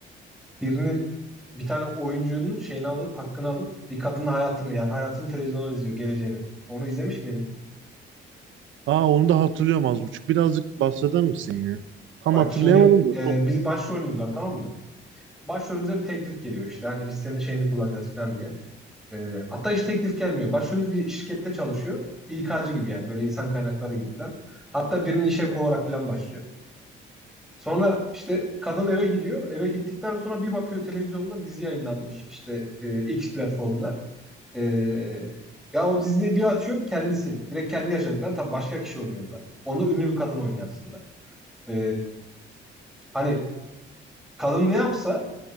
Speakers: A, in the centre; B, on the right (about 75°).
A: birinin bir tane oyuncunun şeyini alıp hakkını alıp bir kadının hayatını yani hayatını televizyonda izliyor geleceğini. Onu izlemiş miydin?
B: Aa onu da hatırlıyorum az buçuk. Birazcık bahseder misin ya? Tam
A: Bak
B: hatırlayamadım
A: şimdi
B: da
A: e,
B: çok
A: biz başrolümüz var tamam mı? Başrolümüze bir teklif geliyor işte hani biz senin şeyini kullanacağız falan diye. Ee, hatta hiç teklif gelmiyor. Başvurumuz bir şirkette çalışıyor. İK'cı gibi yani böyle insan kaynakları gibi falan. Hatta birinin işe olarak falan başlıyor. Sonra işte kadın eve gidiyor. Eve gittikten sonra bir bakıyor televizyonda dizi yayınlanmış. İşte e, X platformda. E, ya o diziyi bir açıyor kendisi. Direkt kendi yaşadıkları tabii başka kişi oynuyor onda. Onu ünlü bir kadın oynuyor aslında. E, hani kadın ne yapsa